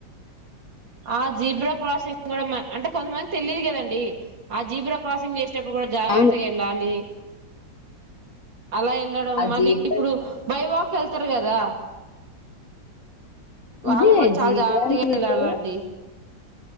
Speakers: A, on the right; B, on the left.
A: ఆ జీబ్రా క్రాసింగ్ కూడా అంటే కొంతమందికి తెలిదు కదండి ఆ జీబ్రా క్రాసింగ్ చే అప్పుడు కూడా జాగ్రత్తగా
B: అవును
A: వెళ్లాలి అలా వెళ్ళడం
B: ఆ
A: మళ్ళీ
B: జీబ్రా
A: ఇప్పుడు బైవాక్ వెళ్తారు కదా వాళ్ళు
B: ఇదే
A: కూడా చాలా
B: జీబ్రా
A: జాగ్రత్తగా
B: అని చూస్తే
A: వెళ్ళాలండి